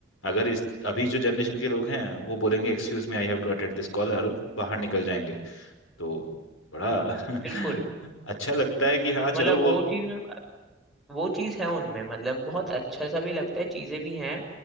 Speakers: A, on the left (about 85°); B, in the centre.
A: अगर इस अभी जो जनरेशन के लोग हैं वो बोलेंगे excuse me I have to attend this call और बाहर निकल जाएंगे तो बड़ा <laughs>
B: बिल्कुल
A: अच्छा लगता है कि हाँ
B: मतलब
A: चलो वो
B: वो चीज में वो चीज है उनमें मतलब बहुत अच्छा सा भी लगता है चीजें भी हैं